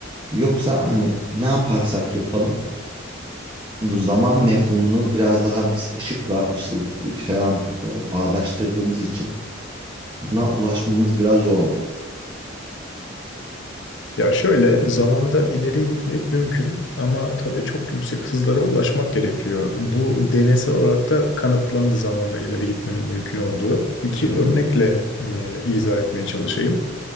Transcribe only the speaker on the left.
Ya şöyle zamanda ileriye gitmek mümkün ama tabii çok yüksek hızlara ulaşmak gerekiyor. Bu deneysel olarak da kanıtlandı zamanda ileri gitmenin mümkün olduğu. İki
örnekle
e, izah etmeye çalışayım.